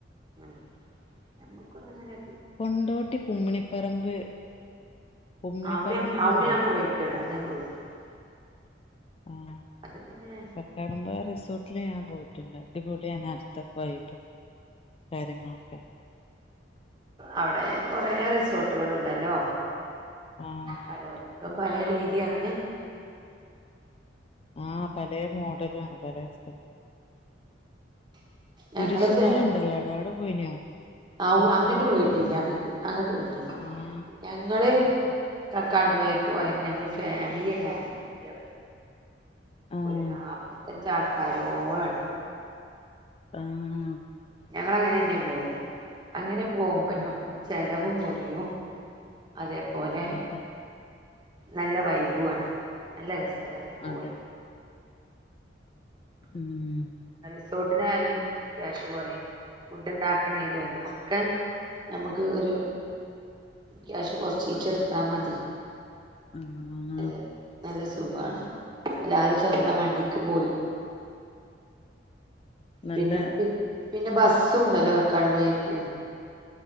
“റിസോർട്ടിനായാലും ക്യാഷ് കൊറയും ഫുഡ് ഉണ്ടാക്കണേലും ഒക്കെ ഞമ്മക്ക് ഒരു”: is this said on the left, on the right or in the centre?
Right